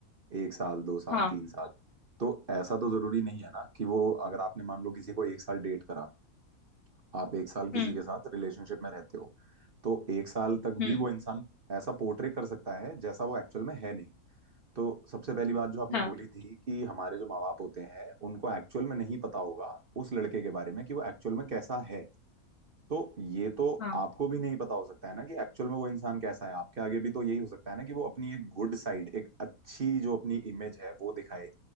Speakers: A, on the right; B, on the left.
A: एक साल दो साल
B: हाँ
A: तीन साल तो ऐसा तो जरूरी नहीं है ना कि वो अगर आपने मान लो किसी को एक साल डेट करा आप एक साल किसी
B: हम्म
A: के साथ रिलेशनशिप में रहते हो तो एक साल तक
B: हम्म
A: भी वो इंसान ऐसा पोर्ट्रे कर सकता है जैसा वो एक्चुअल में है नहीं तो सबसे पहली बात जो आपने
B: हाँ
A: बोली थी कि हमारे जो माँ बाप होते हैं उनको एक्चुअल में नहीं पता होगा उस लड़के के बारे में कि वो एक्चुअल में कैसा है तो ये तो
B: हाँ
A: आपको भी नहीं पता हो सकता है ना कि एक्चुअल में वो इंसान कैसा है आपके आगे भी तो यही हो सकता है ना कि वो अपनी एक गुड साइड एक अच्छी जो अपनी इमेज है वो दिखाए